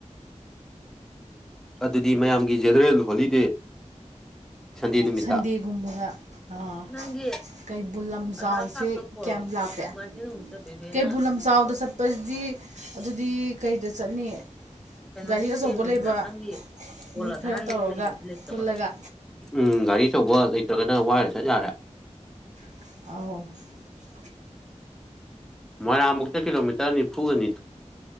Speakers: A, in the centre; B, on the right (about 75°).
A: ꯑꯗꯨꯗꯤ ꯃꯌꯥꯝꯒꯤ ꯖꯦꯅꯔꯦꯜ ꯍꯣꯂꯤꯗꯦ ꯁꯟꯗꯤꯤ ꯅꯨꯃꯤꯠꯇ
B: ꯁꯟꯗꯦꯒꯨꯝꯕꯗ ꯑꯥ
A: ꯅꯪꯒꯤ
B: ꯀꯩꯕꯨꯜ ꯂꯝꯖꯥꯎꯁꯦ
A: ꯑꯙꯥꯔ ꯀꯥꯔꯇꯣ ꯄꯣꯔꯛꯑꯣ
B: ꯀꯌꯥꯝ ꯂꯥꯞꯄꯦ
A: ꯅꯣꯡꯃꯥꯏꯖꯤꯡ ꯅꯨꯃꯤꯛꯇ ꯕꯦꯕꯦꯅ
B: ꯀꯩꯕꯨꯜ ꯂꯝꯖꯥꯎꯗ ꯆꯠꯄꯁꯤꯗꯤ ꯑꯗꯨꯗꯤ ꯀꯩꯗ ꯆꯠꯅꯤ
A: ꯑꯩꯈꯣꯏ
B: ꯒꯥꯔꯤ ꯑꯆꯧꯕ
A: ꯣꯦ
B: ꯂꯩꯕ
A: ꯀꯣꯂꯥꯙꯔꯥ
B: ꯃꯤ ꯈꯔ ꯇꯧꯔꯒ
A: ꯂꯅ ꯂꯩꯕꯗꯤ ꯂꯩꯇꯕ
B: ꯄꯨꯜꯂꯒ
A: ꯎꯝ ꯒꯥꯔꯤ ꯑꯆꯧꯕ ꯂꯩꯇ꯭ꯔꯒꯅ ꯋꯥꯔ ꯆꯠ ꯌꯥꯔꯦ
B: ꯑ
A: ꯃꯣꯏꯔꯥꯡꯃꯨꯛꯇ ꯀꯤꯂꯣꯃꯤꯇꯔ ꯅꯤꯐꯨꯒꯅꯤ